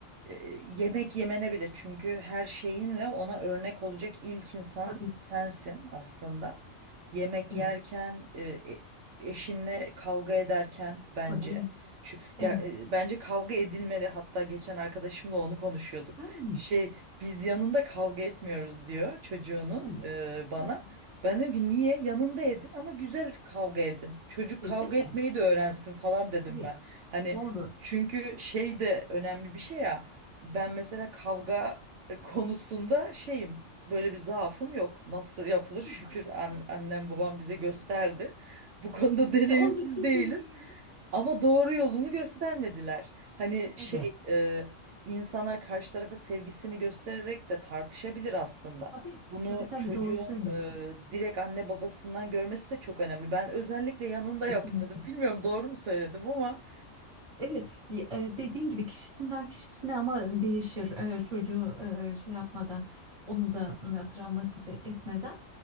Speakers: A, on the right; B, on the right.
A: e, yemek yemene bile çünkü her şeyinle ona örnek olacak ilk insan
B: tabii.
A: sensin aslında. Yemek
B: Evet,
A: yerken, e, e- eşinle kavga ederken bence
B: tabii.
A: çünkü
B: Evet.
A: ya e, bence kavga edilmeli. Hatta geçen arkadaşımla onu konuşuyorduk.
B: Hmm,
A: Şey biz yanında kavga etmiyoruz diyor çocuğunun
B: hmm.
A: e, bana.
B: Ha,
A: Ben dedim ki niye? Yanında edin ama güzel kavga edin. Çocuk
B: Tabii,
A: kavga
B: değil
A: etmeyi
B: mi?
A: de öğrensin falan dedim
B: Tabii.
A: ben. Hani
B: Doğru.
A: çünkü şey de önemli bir şey ya. Ben mesela kavga e, konusunda şeyim. Böyle bir zaafım yok. Nasıl yapılır?
B: <laughs>
A: Şükür an- annem babam bize gösterdi. Bu konuda <laughs> deneyimsiz
B: Onu çok
A: değiliz.
B: iyi duydum.
A: Ama doğru yolunu göstermediler. Hani
B: Evet.
A: şey e, insanlar karşı tarafa sevgisini göstererek de tartışabilir aslında.
B: Tabii.
A: Bunu
B: Tabii tabii
A: çocuğun
B: doğru söylüyorsun.
A: e, direkt anne babasından görmesi de çok önemli. Ben özellikle yanında
B: Kesinlikle.
A: yapın dedim. Bilmiyorum doğru mu söyledim ama
B: Evet, y- e, dediğin gibi kişisinden kişisine ama değişir e, çocuğu e, şey yapmadan onu da
A: Hı.
B: m, travmatize etmeden.